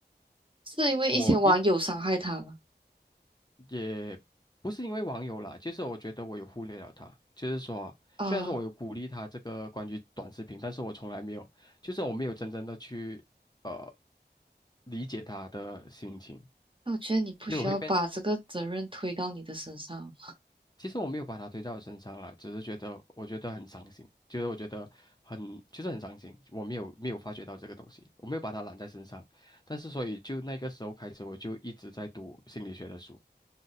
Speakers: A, on the right; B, on the left.
A: 是因为一些网友伤害他吗？
B: 我一。也不是因为网友啦，就是我觉得我有忽略了他，就是说，
A: 啊、
B: 虽然说我有鼓励他这个关于短视频，但是我从来没有，就是我没有真正的去呃理解他的心情，
A: 那我觉得你不需要把这个责任推到你的身上。
B: 所以我会变，其实我没有把他推到我身上啦，只是觉得我觉得很伤心，就是我觉得很就是很伤心，我没有没有发觉到这个东西，我没有把他揽在身上，但是所以就那个时候开始，我就一直在读心理学的书。